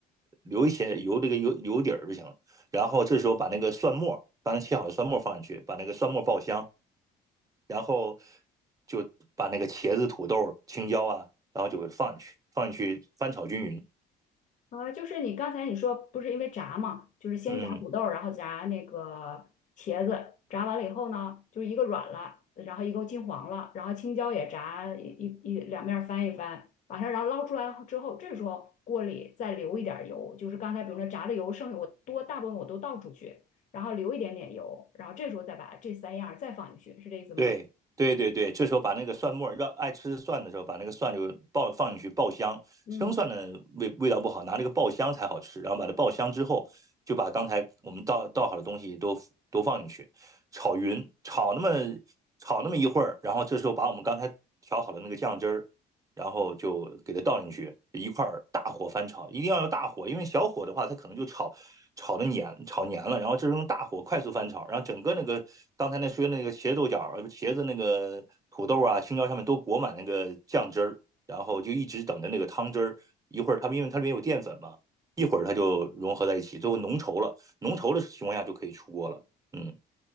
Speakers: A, on the right; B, on the left.
A: 留一些油这个油油底儿就行了然后这时候把那个蒜末，刚才切好的蒜末放进去，把那个蒜末爆香，然后就把那个茄子、土豆、青椒啊，然后就给它放进去，放进去翻炒均匀。
B: 啊，就是你刚才你说不是因为炸嘛，就是先炸土豆儿然后炸那个茄子，
A: 嗯，
B: 炸完了以后呢，就是一个软了，然后一个金黄了，然后青椒也炸一一一两面儿翻一翻，把它然后捞出来之后，这时候锅里再留一点儿油，就是刚才比如说炸的油剩下我多大部分我都倒出去，然后留一点点油，然后这时候再把这三样儿再放进去，是这意思吗？
A: 对对对对，这时候把那个蒜末儿，让爱吃蒜的时候，把那个蒜就爆放进去爆香。
B: 嗯。
A: 生蒜的味味道不好，拿那个爆香才好吃。然后把它爆香之后，就把刚才我们倒倒好的东西都都放进去，炒匀，炒那么炒那么一会儿，然后这时候把我们刚才调好的那个酱汁儿然后就给它倒进去，一块儿大火翻炒，一定要用大火，因为小火的话，它可能就炒炒的黏炒黏了。然后这是用大火快速翻炒，然后整个那个刚才那说那个茄子豆角啊茄子那个土豆啊、青椒上面都裹满那个酱汁儿，然后就一直等着那个汤汁儿，一会儿它因为它里面有淀粉嘛，一会儿它就融合在一起，最后浓稠了，浓稠的情况下就可以出锅了。嗯，